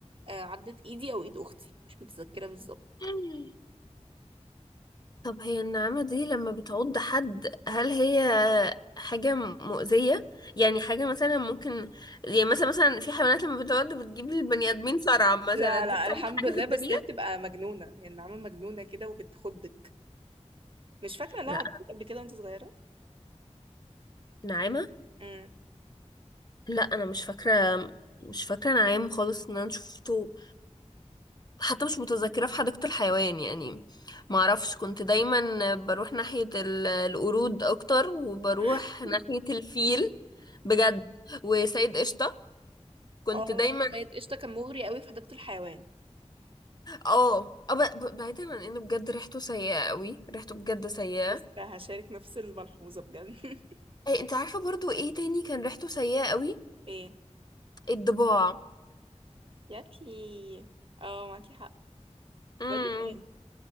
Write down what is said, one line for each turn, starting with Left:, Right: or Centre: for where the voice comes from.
Right: آه، عضت ايدي او ايد اختي مش متذكره بالظبط
Left: <sighs> طب هي النعامة دي لما بتعض حد هل هي حاجة مؤذية؟ يعني حاجة مثلا ممكن يعني مثلا مثلا في حيوانات لما بتعض بتجيب للبني آدمين صرع مثلا
Right: لا
Left: دي
Right: لا
Left: بتعمل
Right: الحمد
Left: حاجة
Right: لله
Left: في الدنيا؟
Right: بس هي بتبقى مجنونة يعني النعامة مجنونة كده وبتخضك مش فاكرة لا
Left: لا
Right: عضتك قبل كده وانت صغيرة
Left: نعامة؟
Right: امم
Left: لا أنا مش فاكرة مش فاكرة نعام خالص إن أنا شفته حتى مش متذكرة في حديقة الحيوان يعني معرفش كنت دايما بروح ناحية ال- القرود أكتر وبروح
Right: <laughs>
Left: ناحية الفيل بجد وسيد قشطة كنت
Right: اه
Left: دايما
Right: سيد قشطه كان مغري قوي في حديقه الحيوان
Left: اه أه، ب- ب- بعيدا عن ان بجد ريحته سيئة قوي ريحته بجد سيئة
Right: لسه هشارك نفس الملحوظة بجد <laughs>
Left: ايه انت عارفة برضو ايه تاني كان ريحته سيئة قوي
Right: ايه
Left: الضباع
Right: ياكي اه معاكي حق
Left: امم
Right: بقولك ايه